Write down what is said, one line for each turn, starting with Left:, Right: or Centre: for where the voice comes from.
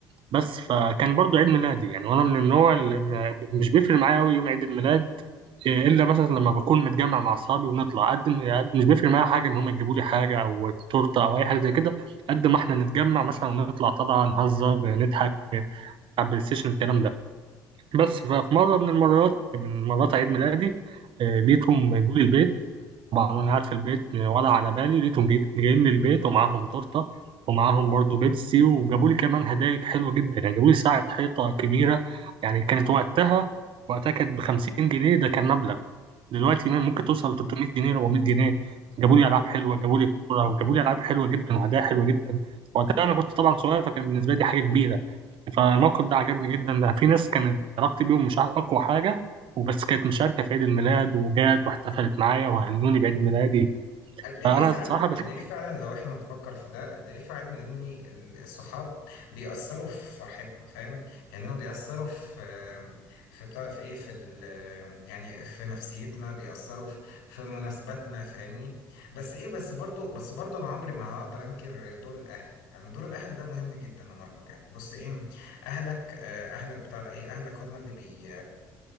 Right: بس فكان برضو عيد ميلادي يعني وانا من النوع اللي ما- مش بيفرق معايا قوي يوم عيد الميلاد إيه، الا مثلا لما بكون متجمع مع اصحابي ونطلع قد ما- قد مش بيفرق معايا حاجه ان هم يجيبوا لي حاجه او تورته او اي حاجه زي كده قد ما احنا نتجمع مثلا ونطلع طبعا نهزر نضحك إيه، على البلاي ستيشن الكلام ده بس ففي مره من المرات من مرات عيد ميلادي إيه، لقيتهم جولي البيت طبعا انا قاعد في البيت ولا على بالي لقيتهم جايب- جايين للبيت ومعاهم تورته ومعاهم برضو بيبسي وجابوا لي كمان هدايا حلوه جدا يعني جابوا لي ساعه حيطه كبيره يعني كانت وقتها وقتها كانت ب 50 جنيه ده كان مبلغ دلوقتي من- ممكن توصل ل 300 جنيه 400 جنيه جابوا لي العاب حلوه جابوا لي كوره وجابوا لي العاب حلوه جدا وهدايا حلوه جدا وقتها انا كنت طبعا صغير فكان بالنسبه لي حاجه كبيره فالموقف ده عجبني جدا ده في ناس كانت علاقتي بيهم مش اقوى حاجه وبس كانت مشاركة في عيد الميلاد وجات واحتفلت معايا وهنوني بعيد ميلادي
Left: قد ايه
Right: فأنا
Left: فعلا
Right: الصراحة بشوف
Left: قد ايه فعلا لو احنا نفكر في ده قد ايه فعلا ان ال- الصحاب بيأثروا في فرحتنا فاهم يعني هو بيأثروا في في بتاع ده، في ايه في ال يعني في نفسيتنا بيأثروا في في مناسباتنا فاهمني بس ايه بس برضو بس برضو انا عمري ما هقدر انكر دور الاهل يعني دور الاهل ده مهم جدا يا ماركو يعني بص ايه اهلك آه، اهلك بتاع ده ايه اهلك هم اللي بي